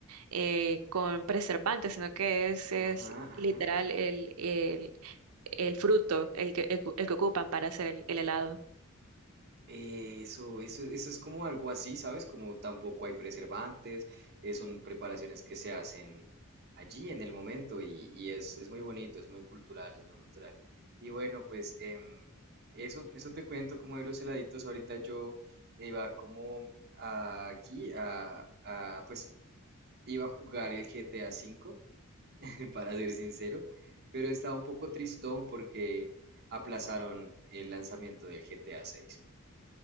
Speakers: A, on the right (about 80°); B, on the right (about 50°).
A: eh, con preservantes, sino que es, es
B: Ajá,
A: literal
B: ajá.
A: el, el, el fruto el que, el que ocupan para hacer el el helado.
B: Eso, eso, eso es como algo así, ¿sabes? Como tampoco hay preservantes, eh, son preparaciones que se hacen allí en el momento y, y es, es muy bonito, es muy cultural, es muy cultural. Y bueno, pues em, eso, eso te cuento como de los heladitos. Ahorita yo iba como a- aquí a, a, pues iba a jugar el GTA V <laughs> para ser sincero, pero estaba un poco tristón porque aplazaron el lanzamiento del GTA 6.